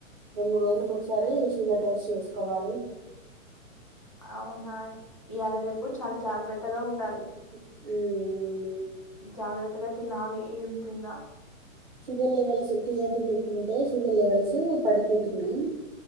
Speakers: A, on the right; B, on the left.
A: రెండు మూడు రోజులలకు ఒకసారి షుగర్ టెస్ట్ చేసుకోవాలి
B: అవునా ఈయాళరేపు చాలా జాగ్రత్తగా ఉండాలి
A: మ్మ్
B: జాగ్రత్తగ తినాలి ఎం తిన్నా
A: షుగర్ లెవెల్స్ క్రియేటింగ్ ఎక్వ ఉంటే షుగర్ లెవెల్స్ పడిపోతున్నాయి